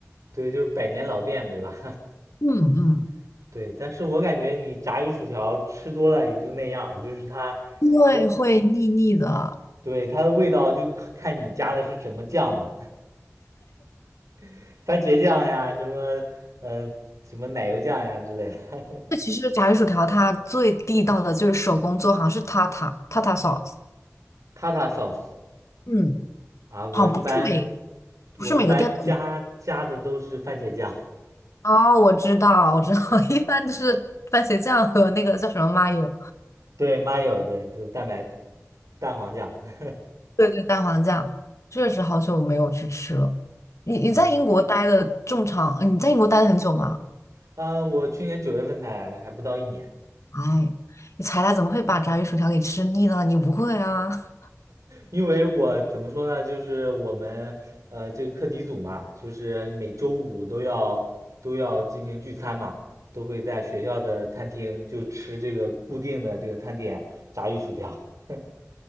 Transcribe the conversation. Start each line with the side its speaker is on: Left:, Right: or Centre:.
Right: 对，就是百年老店，对吧？
Left: 嗯嗯，
Right: <laughs> 对，但是我感觉你炸鱼薯条吃多了也就那样儿就是它，
Left: 因为会腻腻的。
Right: 我，对，它的味道就看看你加的是什么酱嘛，<laughs> 番茄酱呀，什么，嗯、什么奶油酱呀之类的
Left: 这其实炸鱼薯条它最地道的就是手工做，好像是塔塔塔塔 sauce，
Right: <laughs>，tata sauce，
Left: 嗯，
Right: 啊，我一般
Left: 好像不是每
Right: 我一般加加的都是番茄酱，
Left: 不是每个店都有。哦，我知道，我知道，<laughs> 一般就是番茄酱和那个叫什么 mayo，
Right: <laughs> 对，mayo，对，就是蛋白蛋黄酱。<laughs>
Left: 对对，蛋黄酱。确实好久没有去吃了。你你在英国待了这么长，
Right: 嗯，
Left: 你在英国待了很久吗？
Right: 呃，我去年九月份才来的，还不到一年，
Left: 哎，你才来怎么会把炸鱼薯条给吃腻呢？你不会啊？
Right: 因为我怎么说呢，就是我们呃这个课题组嘛，就是每周五都要都要进行聚餐嘛，都会在学校的餐厅就吃这个固定的这个餐点，炸鱼薯条。<laughs>